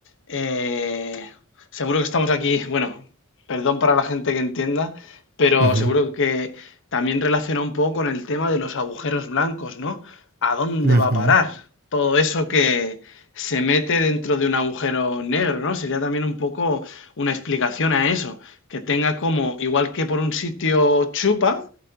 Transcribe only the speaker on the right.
Uh -huh,
uh
-huh,